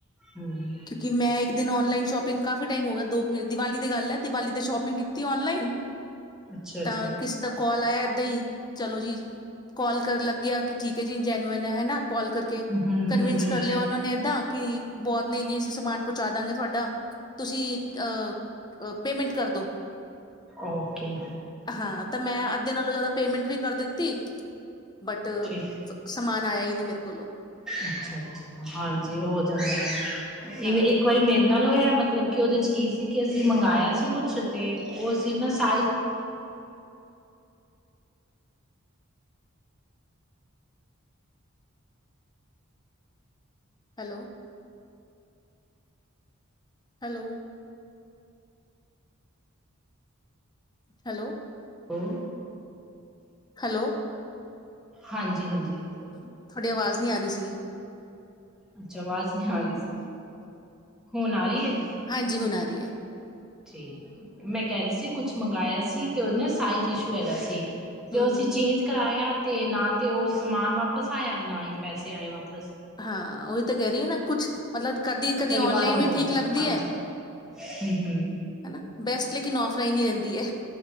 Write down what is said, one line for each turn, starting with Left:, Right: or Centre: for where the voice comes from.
Centre: ਹਮ
Left: ਕਿਉਂਕਿ ਮੈਂ ਇੱਕ ਦਿਨ ਓਂਨਲਾਈਨ ਸ਼ੋਪਿੰਗ ਕਾਫੀ ਟਾਈਮ ਹੋ ਗਿਆ ਦੋ ਕੁ ਮਿੰਟ ਦੀਵਾਲੀ ਗੱਲ ਹੈ ਦੀਵਾਲੀ ਤੇ ਸ਼ੋਪਿੰਗ ਕੀਤੀ ਔਨਲਾਈਨ
Centre: ਅੱਛਾ
Left: ਤਾਂ
Centre: ਜੀ
Left: ਕਿਸੇ ਦਾ ਕਾਲ ਆਇਆ ਏਦਾਂ ਹੀ ਚਲੋ ਜੀ ਕਾਲ ਕਰਨ ਲੱਗਿਆ ਕਿ ਠੀਕ ਹੈ ਜੀ ਮੈਨੂੰ ਹੈ ਹਨਾ ਕੋਲ ਕਰਕੇ
Centre: ਹਮ ਹਮ
Left: ਕਨਵਿੰਸ
Centre: ਹਮ ਹਮ
Left: ਕਰ ਲਿਆ ਉਹਨਾਂ ਨੇ ਏਦਾਂ ਕਿ ਬਹੁਤ ਨਹੀਂ ਨਹੀਂ ਅਸੀਂ ਸਮਾਨ ਪਹੁੰਚਾ ਦਾਂਗੇ ਤੁਹਾਡਾ ਤੁਸੀਂ ਅਹ ਪੇਮੈਂਟ ਕਰਦੋ
Centre: ਓਕੇ
Left: ਹਾਂ ਤੇ ਮੈਂ ਅੱਧੇ ਨਾਲੋਂ ਜਿਆਦਾ ਪੇਮੈਂਟ ਵੀ ਕਰ ਦਿੱਤੀ ਬਟ
Centre: ਠੀਕ
Left: ਸਮਾਜ ਆਇਆ ਹੀ ਨਹੀਂ ਮੇਰੇ ਕੋਲੋਂ
Centre: ਅੱਛਾ ਅੱਛਾ ਹਾਂਜੀ ਉਹ ਜਾਂਦਾ
Left: ਹਾਂ
Centre: ਐਵੇਂ ਇੱਕ ਵਾਰੀ ਮੇਰੇ ਨਾਲ ਹੋਇਆ ਇਹ ਮਤਲਬ ਕਿ ਉਹਦੇ ਚ ਕੀ ਸੀ ਕਿ ਅਸੀਂ ਮੰਗਇਆ ਸੀ ਕੁਛ ਤੇ ਉਹ ਅ ਸੀ ਨਾ size
Left: hello hello hello
Centre: hello,
Left: hello,
Centre: ਹਾਂਜੀ ਹਾਂਜੀ
Left: ਤੁਹਾਡੀ ਆਵਾਜ਼ ਨਹੀਂ ਆ ਰਹੀ ਸੀਗੀ।
Centre: ਅੱਛਾ ਆਵਾਜ਼ ਹਾਂਜੀ ਹੁਣ ਆ ਰਹੀ ਹੈ
Left: ਹਾਂਜੀ ਹੁਣ ਆ ਰਹੀ ਹੈ
Centre: ਠੀਕ ਮੈਂ ਕਹਿ ਰਹੀ ਸੀ ਕੁਛ ਮੰਗਇਆ ਸੀ ਤੇ ਉਹਦੇ ਨਾਲ ਸਾਈਜ਼ ਇਸ਼ੂ ਹੈਗਾ ਸੀ ਤੇ
Left: ਹੂੰ,
Centre: ਉਹ ਅਸੀਂ
Left: ਹੂੰ
Centre: ਚੇਂਜ ਕਰਾਇਆ ਤੇ ਨਾ ਤੇ ਉਹ ਸਮਾਨ ਵਾਪਸ ਆਇਆ ਨਾ ਹੀ ਪੈਸੇ ਆਏ ਵਾਪ
Left: ਹਾਂ, ਉਹੀ ਤਾਂ ਕਹਿ ਰਹੀ ਨਾ ਕੁੱਛ ਮਤਲਬ ਕਦੀ ਕਦੀ
Centre: ਕਈ
Left: ਔਨਲਾਈਨ
Centre: ਵਾਰ ਹੋ
Left: ਵੀ
Centre: ਜਾਂਦਾ
Left: ਠੀਕ ਲੱਗਦੀ
Centre: ਹਾਂਜੀ
Left: ਹੈ
Centre: ਹਮ ਹਮ
Left: ਹਨਾ ਬੈਸਟ ਲੇਕਿਨ ਔਫਲਾਈਨ ਹੀ ਰਹਿੰਦੀ ਹੈ